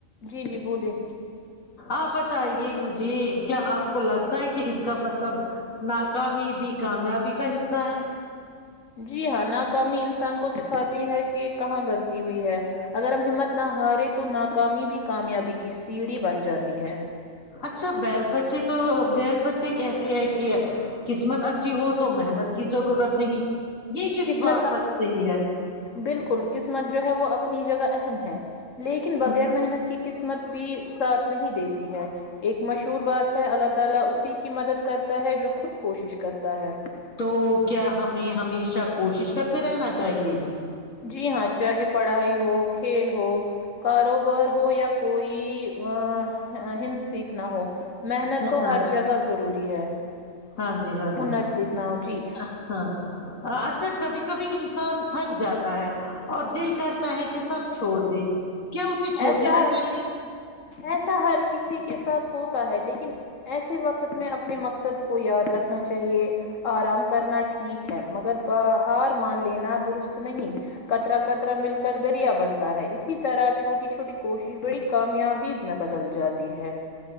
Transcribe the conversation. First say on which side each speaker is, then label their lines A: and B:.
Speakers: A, on the left (about 75°); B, on the left (about 85°).
A: جی جی بولیے
B: آپ بتائیے مجھے کیا آپ کو لگتا ہے کہ اس کا مطلب ناکامی بھی کامیابی کا حصہ ہے
A: جی ہاں ناکامی انسان کو سکھاتی ہے کہ کہاں غلطی ہوئی ہے اگر ہمت نہ ہارے تو ناکامی بھی کامیابی کی سیڑھی بن جاتی ہے
B: اچھا بیس بچی تو بیس بچی کہتے ہے کہ قسمت اچھی ہو تو محنت کی ضرورت نہیں یہ کس
A: قسمت
B: بات تک صحیح ہے
A: بالکل قسمت جو ہے وہ اپنی جگہ اہم ہے لیکن بغیر
B: ہوں
A: محنت کی قسمت بھی ساتھ نہیں دیتی ہے ایک مشہور بات ہے اللہ تعالی اسی کی مدد کرتا ہے جو خود کوشش کرتا ہے
B: تو کیا ہمیں ہمیشہ کوشش کرتے رہنا چاہیے
A: جی ہاں چاہے پڑھائی ہو کھیل ہو کاروبار ہو یا کوئی وا ہند سیکھنا ہو محنت
B: ہے
A: تو
B: نا
A: ہر جگہ ضروری ہے
B: ہاں جی ہاں جی
A: ہنر سکھنا ہو جی
B: اچھا، ہاں اچھا کبھی کبھی انسان تھک جاتا ہے اور دل کرتا ہے کہ سب چھوڑ دے کیا اسے چھوڑ
A: ایسا
B: دینا چاہیے
A: ایسا ہر کسی کے ساتھ ہوتا ہے لیکن ایسے وقت میں اپنے مقصد کو یاد رکھنا چاہیے آرام کرنا ٹھیک ہے مگر ب ہار مان لینا درست نہیں کترا کترا مل کر دریا بنتا ہے اسی طرح چھوٹی چھوٹی کوشش بڑی کامیابی میں بدل جاتی ہے